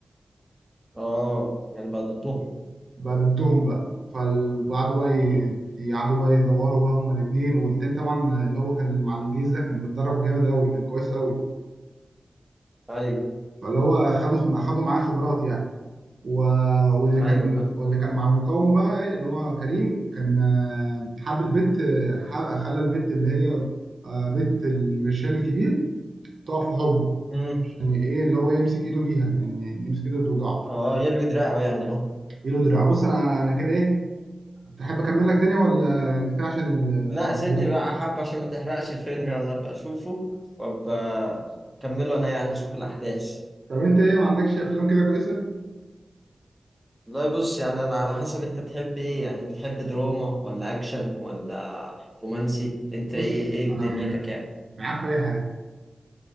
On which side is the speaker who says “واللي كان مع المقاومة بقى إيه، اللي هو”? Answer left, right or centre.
Right